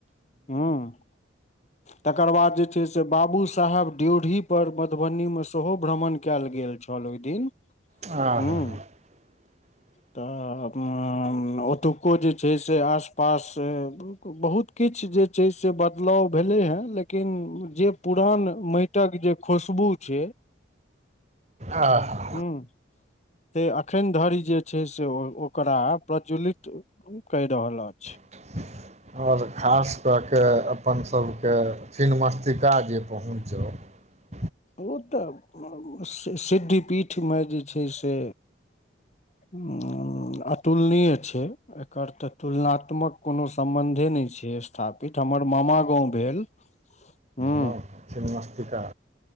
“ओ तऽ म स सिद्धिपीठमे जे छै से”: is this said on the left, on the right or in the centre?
Left